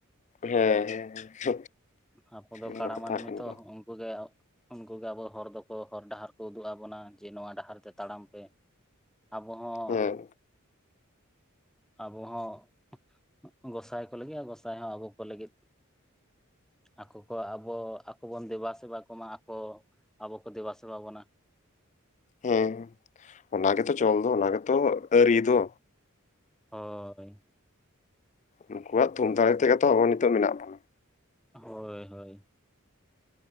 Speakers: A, on the left; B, in the centre.
A: ᱦᱮᱸ ᱦᱮᱸ
B: ᱟᱵᱚ ᱫᱚ
A: ᱚᱱᱟ
B: ᱠᱟᱲᱟ
A: ᱠᱟᱛᱷᱟ
B: ᱢᱟᱹᱱᱢᱤ
A: ᱠᱟᱱ
B: ᱛᱚ,
A: ᱜᱮᱭᱟ
B: ᱩᱱᱠᱩ ᱜᱮ ᱩᱱᱠᱩ ᱜᱮ ᱟᱵᱚ ᱦᱚᱨ ᱫᱚᱠᱚ ᱦᱚᱨ ᱰᱟᱦᱟᱨ ᱠᱚ ᱩᱫᱩᱜ ᱟᱵᱚᱱᱟ᱾ ᱡᱮ ᱱᱚᱣᱟ ᱰᱟᱦᱟᱨ ᱛᱮ ᱛᱟᱲᱟᱢ ᱯᱮ᱾ ᱟᱵᱚ ᱦᱚᱸ
A: ᱦᱮᱸ
B: ᱟᱵᱚ ᱦᱚᱸ ᱜᱚᱸᱥᱟᱭ ᱠᱚ ᱞᱟᱹᱜᱤᱫ, ᱟᱨ ᱜᱚᱸᱥᱟᱭ ᱦᱚᱸ ᱟᱵᱚ ᱠᱚ ᱞᱟᱹᱜᱤᱫ᱾ ᱟᱠᱚ ᱠᱚ ᱟᱵᱚ ᱟᱠᱚ ᱵᱚᱱ ᱫᱮᱵᱟ ᱥᱮᱵᱟ ᱠᱚᱢᱟ ᱟᱠᱚ ᱟᱵᱚ ᱠᱚ ᱫᱮᱵᱟ ᱥᱮᱵᱟ ᱵᱚᱱᱟ᱾
A: ᱦᱮᱸ ᱚᱱᱟ ᱜᱮᱛᱚ ᱪᱚᱞ ᱫᱚ ᱚᱱᱟ ᱜᱮᱛᱚ ᱟᱹᱨᱤ ᱫᱚ᱾
B: ᱦᱳᱭ,
A: ᱩᱱᱠᱩᱣᱟᱜ ᱛᱷᱩᱢ ᱫᱟᱲᱮ ᱛᱮᱜᱮ ᱛᱚ ᱟᱵᱚ ᱱᱤᱛᱚᱜ ᱢᱮᱱᱟᱜ ᱵᱚᱱᱟ᱾
B: ᱦᱳᱭ ᱦᱳᱭ,